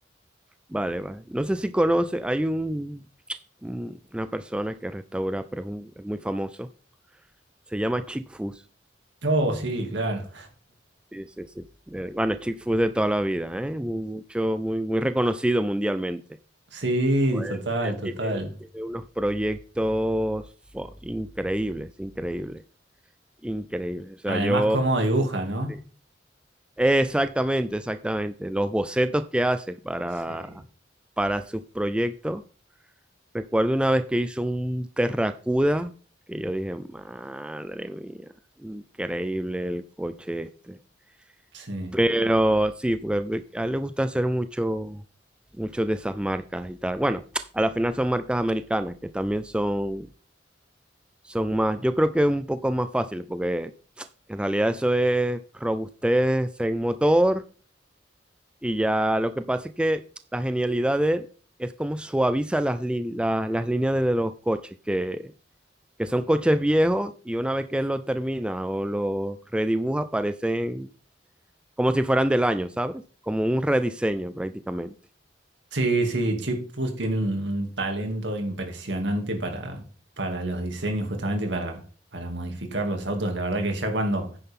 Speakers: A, in the centre; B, on the right.
A: vale, vale. No sé si conoces, hay un, un- una persona que restaura, pero es, un- es muy famoso. Se llama Chick Foos.
B: Oh, sí, claro.
A: Sí, sí, sí. Eh, bueno, Chick Foos de toda la vida, ¿eh? Mu- Mucho, muy, muy reconocido mundialmente.
B: Sí,
A: Joder,
B: total,
A: Él, él
B: total.
A: tiene, tiene unos proyectos fo, increíbles, increíbles. Increíble. O sea,
B: Además,
A: yo...
B: cómo dibuja, ¿no?
A: sí. Exactamente, exactamente. Los bocetos que haces para,
B: Sí.
A: para sus proyectos. Recuerdo una vez que hizo un Terracuda que yo dije, madre mía, increíble el coche este.
B: Sí.
A: Pero sí, porque a él le gusta hacer mucho, mucho de esas marcas y tal. Bueno, a la final son marcas americanas que también son, son más, yo creo que un poco más fáciles porque En realidad eso es robustez en motor y ya lo que pasa es que la genialidad de él es como suaviza las, li- la- las líneas de los coches, que, que son coches viejos y una vez que él lo termina o lo redibuja parecen como si fueran del año, ¿sabes? Como un rediseño prácticamente.
B: Sí, sí, Chip Foose tiene un, un talento impresionante para, para los diseños, justamente para, para modificar los autos. La verdad que ya cuando,